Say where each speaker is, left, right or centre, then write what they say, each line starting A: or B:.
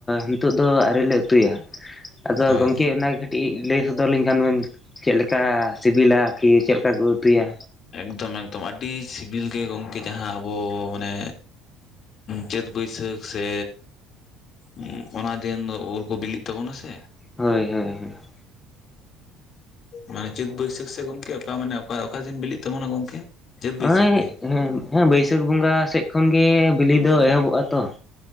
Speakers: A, on the left (about 20°); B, on the left (about 50°).
A: ᱱᱤᱛᱚᱜ ᱫᱚ ᱟᱹᱣᱨᱤ ᱞᱮᱼᱼ ᱩᱛᱩᱭᱟ ᱟᱫᱚ
B: ᱦᱳᱭ
A: ᱜᱚᱢᱠᱮ ᱚᱱᱟ ᱠᱟᱹ ᱴᱤᱡ ᱞᱟᱹᱭ ᱥᱚᱫᱚᱨ ᱟᱞᱤᱧ ᱠᱷᱟᱱ ᱵᱮᱱ ᱪᱮᱫ ᱞᱮᱠᱟ ᱥᱤᱵᱤᱞᱟ ᱠᱤ ᱪᱮᱫ ᱞᱮᱠᱟ ᱠᱚ ᱩᱛᱩᱭᱟ?
B: ᱮᱠᱫᱚᱢ ᱮᱠᱫᱚᱢ ᱾ ᱟᱹᱰᱤ ᱥᱤᱵᱤᱞ ᱜᱮ ᱜᱚᱝᱠᱮ ᱡᱟᱦᱟᱸ ᱟᱵᱚ ᱢᱟᱱᱮᱼᱼ ᱪᱟᱹᱛ ᱵᱟᱹᱭᱥᱟᱹᱠᱷ ᱥᱮᱼᱼ ᱦᱩᱸ ᱚᱱᱟ ᱫᱤᱱ ᱫᱚ ᱩᱞ ᱠᱚ ᱵᱤᱞᱤᱜ ᱛᱟᱵᱚᱱᱟ ᱥᱮ ᱾
A: ᱦᱳᱭ ᱦᱳᱭ ᱦᱳᱭ ᱾
B: ᱢᱟᱱᱮ ᱪᱟᱹᱛ ᱵᱟᱹᱭᱥᱟᱹᱠᱷ ᱥᱮ ᱜᱚᱝᱠᱮ ᱚᱠᱟ ᱢᱟᱱᱮ ᱚᱠᱟ ᱚᱠᱟ ᱫᱤᱱ ᱵᱤᱞᱤᱜ ᱛᱟᱵᱚᱱᱟ ᱜᱚᱝᱠᱮ? ᱪᱟᱹᱛ
A: ᱱᱚᱜᱼᱚᱭ
B: ᱵᱟᱹᱭᱥᱟᱹᱠᱷ ᱜᱮ
A: ᱦᱮᱸ ᱦᱮᱸ ᱵᱟᱹᱭᱥᱟᱹᱠᱷ ᱵᱚᱸᱜᱟ ᱥᱮᱫ ᱠᱷᱚᱱ ᱜᱮ ᱵᱤᱞᱤ ᱫᱚ ᱮᱦᱚᱵᱚᱜᱼᱟ ᱛᱚ ᱾